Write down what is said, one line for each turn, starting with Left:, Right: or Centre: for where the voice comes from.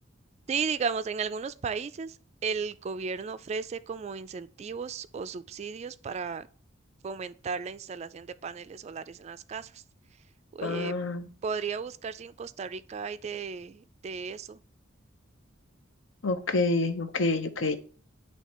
Right: Sí, digamos, en algunos países el gobierno ofrece como incentivos o subsidios para fomentar la instalación de paneles solares en las casas. Eh,
Left: Ah,
Right: podría buscar si en Costa Rica hay de, de eso.
Left: ok, ok, ok.